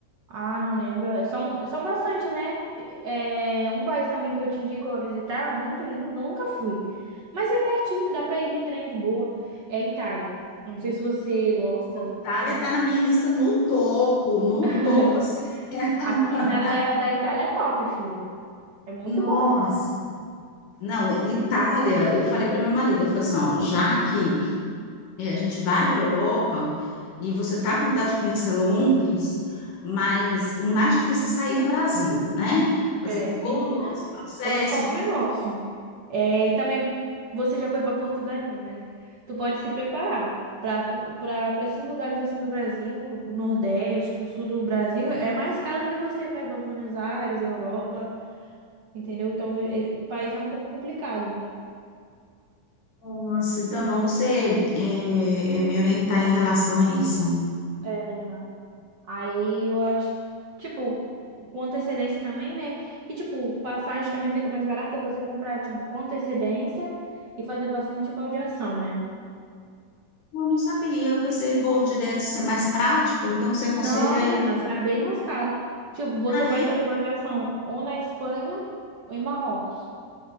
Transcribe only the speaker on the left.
Itália
tá na minha lista no topo, no
topo, assim, <laughs>
Nossa,
não, Itália, eu falei para meu marido, eu falei assim, ó, já que É, a gente vai para a Europa e você está com vontade de conhecer Londres, mas o mais difícil é sair do Brasil, né? Fazer
todo esse processo.
Nossa, então, vamos você é, é, me orientar em relação a isso.
Eu não sabia, eu pensei, vou direto ser mais prático, então você aconselha
eu.
Ah,
é?